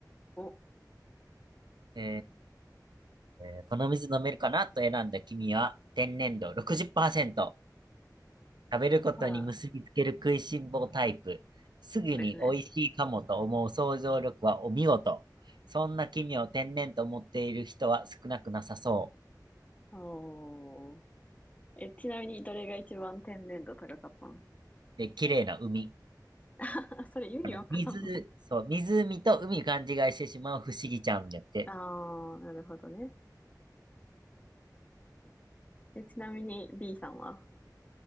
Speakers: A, on the left; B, on the right.
A: お、
B: えーこの水飲めるかなと選んだ君は、天然度60%。食べることに結びつける食いしん坊タイプ。
A: あー、そ
B: すぐに美味しいかもと思う想像力はお見事。
A: うですね。
B: そんな君を天然と思っている人は少なくなさそ
A: おー。え、ちなみに、どれが一番天然度高かったの
B: う。で、綺麗な海。
A: <laughs> それ意味わからんの。
B: あの、水、そう、湖と海勘違いしてしまう不思議ちゃんやって。
A: あー、なるほどね。え、ちなみに、B さんは